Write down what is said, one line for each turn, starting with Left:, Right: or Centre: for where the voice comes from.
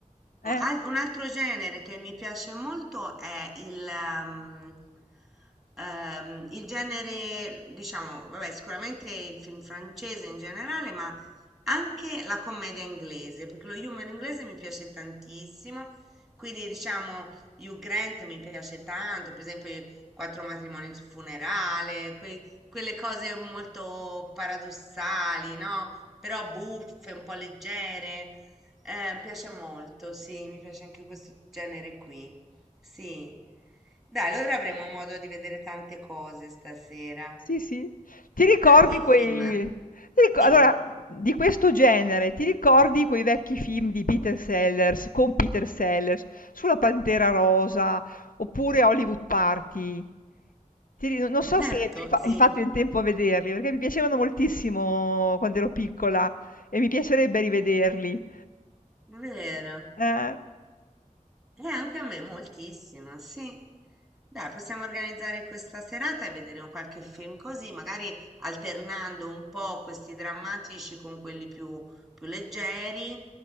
Centre: Un
Left: eh.
Centre: al- un altro genere che mi piace molto è il, um, ehm, il genere, diciamo, vabbè, sicuramente il film francese in generale, ma anche la commedia inglese, perché lo humor inglese mi piace tantissimo. Quindi, diciamo, Hugh Grant mi piace tanto, per esempio, i Quattro matrimoni su funerale, quelle cose molto paradossali, no? Però buffe, un po' leggere. Eh, mi piace molto, sì, mi piace anche questo genere qui. Sì. Dai, allora avremo modo di vedere tante cose stasera,
Left: Sì, sì. Ti ricordi
Centre: tanti
Left: quei
Centre: film. eh?
Left: ti rico
Centre: Dimmi.
Left: allora,
Centre: <laughs>
Left: di questo genere, ti ricordi quei vecchi film di Peter Sellers con Peter Sellers, sulla Pantera Rosa, oppure Hollywood Party? Ti ri non so
Centre: Certo,
Left: se hai fa
Centre: sì,
Left: hai fatto in tempo a vederli, perché mi piacevano moltissimo quando ero piccola e mi piacerebbe rivederli.
Centre: è vero.
Left: Eh,
Centre: Eh, anche a me moltissimo, sì. Dai, possiamo organizzare questa serata e vedere un qualche film così, magari alternando un po' questi drammatici con quelli più, più leggeri